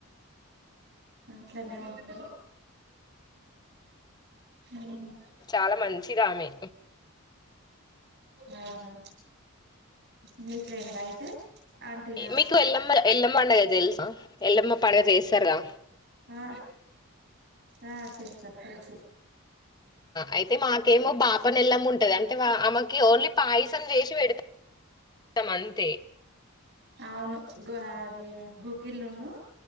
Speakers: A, on the right; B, on the left.
A: అట్లనే ఉంటారు ఉమ్
B: చాలా మంచిది ఆమె
A: అవునా మీ ఫ్రెం అయితే ఆంటీనా
B: మీకు వెళ్ళ మరి ఎల్మ్మండగ తెలుసా ఎల్ పడుగ చేస్తారుగా
A: ఆ ఆ సే సార్ తెచు
B: అయితే మాకేమో పాప నెల్లం ఉంటది అంటే ఆమెకి ఓన్లీ పయసం చేసి పెడుత మంత
A: అవును గు అది గుగిలును